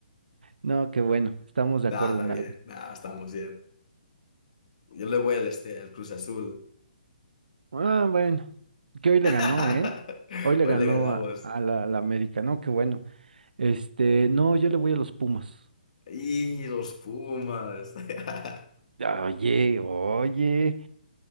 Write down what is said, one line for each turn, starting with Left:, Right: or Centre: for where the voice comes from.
Right: No, qué bueno. Estamos de
Left: Nah,
Right: acuerdo
Left: está
Right: en
Left: bien.
Right: algo.
Left: Nah, estamos bien. Yo le voy al este, al Cruz Azul.
Right: Ah, bueno. Que hoy le
Left: <laughs>
Right: ganó, ¿eh? Hoy le
Left: Hoy
Right: ganó
Left: le ganamos.
Right: a, a la, a la América. No, qué bueno. Este, no, yo le voy a los Pumas.
Left: Y los Pumas. <laughs>
Right: Ah, Oye, oye.